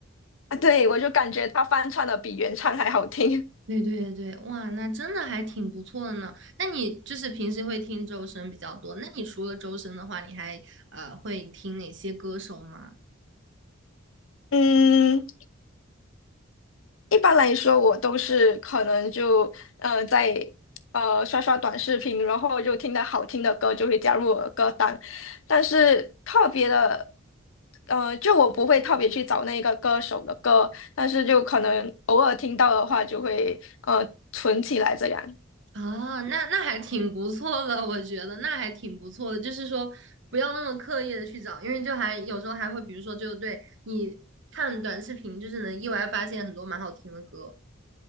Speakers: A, on the left (about 75°); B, on the right (about 60°).
A: 啊，对，我就感觉他翻唱的比原唱还好听，
B: 对对对，哇，那真的还挺不错的呢。那你就是平时会听周深比较多，那你除了周深的话，你还呃会听哪些歌手吗？
A: <laughs> 嗯。一般来说，我都是可能就呃在呃刷刷短视频，然后就听到好听的歌就会加入我的歌单，但是特别的，呃，就我不会特别去找那个歌手的歌，但是就可能偶尔听到的话就会呃存起来这样。
B: 啊，那那还挺不错的，我觉得那还挺不错的，就是说不要那么刻意的去找，因为就还有时候还会，比如说就对你看短视频，就是能意外发现很多蛮好听的歌，